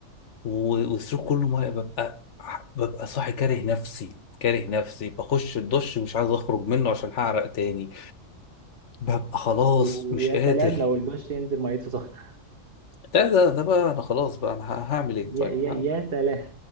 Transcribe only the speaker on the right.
و-
ويا
سلام لو الدش ينزل ميته سخنه <laughs>
يا
يا
يا سلام